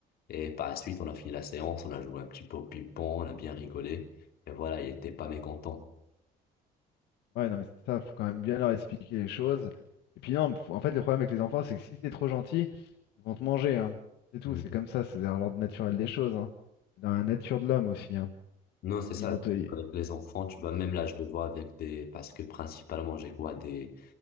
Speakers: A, on the left; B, on the left.
A: Et par la suite, on a fini la séance, on a joué un petit peu au ping-pong, on a bien rigolé. Et voilà, il était pas mécontent.
B: Ouais, non, mais c'est ça, faut quand même bien leur expliquer les choses. Et puis non, faut- en fait, le problème avec les enfants, c'est que si t'es trop gentil, ils vont te manger, hein. C'est tout,
A: Mhm.
B: c'est comme ça, c'est dans l'ordre naturel des choses, hein. C'est dans la nature de l'homme aussi, hein.
A: Non, c'est ça.
B: Ils vont te...
A: Avec les enfants, tu vois, même là, je le vois avec des... Parce que principalement, j'ai quoi? Des